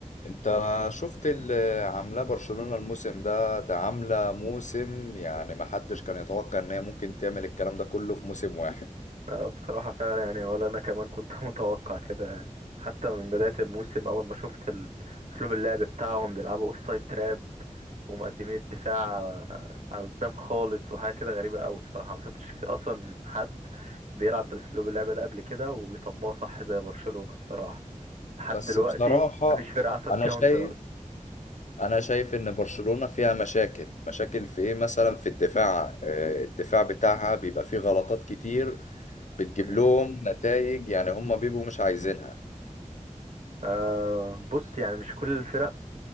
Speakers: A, on the left (about 65°); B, on the right (about 65°).
A: انت شفت اللي عاملاه برشلونة الموسم ده ده عاملة موسم يعني ما حدش كان يتوقع ان هي ممكن تعمل الكلام ده كله في موسم واحد
B: آه، بصراحة فعلا يعني ولا أنا كمان كنت <laughs> متوقع كده يعني حتى من بداية الموسم أول ما شفت ال- أسلوب اللعب بتاعهم بيلعبوا أوفسايد تراب ومقدمين الدفاع آه، على قدام خالص وحاجة كده غريبة أوي بصراحة ما شفتش أصلا حد بيلعب بأسلوب اللعب ده قبل كده وبيطبقه صح زي برشلونة بصراحة لحد
A: بس
B: دلوقتي
A: بصراحة
B: مفيش فرقة عارفة تكاونتر
A: انا شايف
B: أصلا
A: انا شايف ان برشلونة فيها مشاكل مشاكل في ايه مثلا في الدفاع آه، الدفاع بتاعها بيبقى فيه غلطات كتير بتجيب
B: مم.
A: لهم نتائج يعني هم بيبقوا مش عايزينها
B: آه بص يعني مش كل الفرق